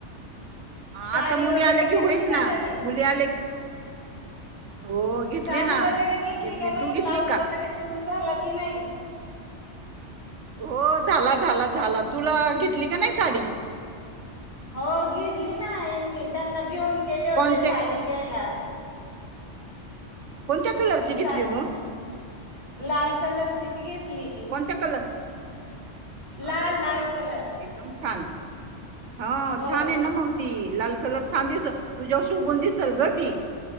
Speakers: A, on the right; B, on the left.
A: हा
B: साडी
A: आता मुली
B: वगैरे
A: आल्या
B: घेतली
A: की होईल
B: का
A: ना
B: नवीन?
A: मुली आले की हो घेतली
B: साडी
A: ना
B: वगैरे
A: घेतली
B: का नाही?
A: तु
B: ब्लाऊज
A: घेतली का?
B: वगैरे शिवून झाला की नाही?
A: हो झाला झाला झाला तुला घेतली का नाही साडी?
B: हो घेतली ना यांनी त्यांना घेऊन गेले होते
A: कोणत्या
B: साडी घ्यायला.
A: कोणत्या कलरची घेतली
B: सा
A: मग?
B: लाल कलरची घेतली.
A: कोणता कलर,
B: लाल
A: अरे वा
B: लाल कलर
A: एकदम छान. हा
B: हो.
A: छान आहे ना मग ती लाल कलर छान दिसल तुझ्यावर शोभून दिसल ग ती.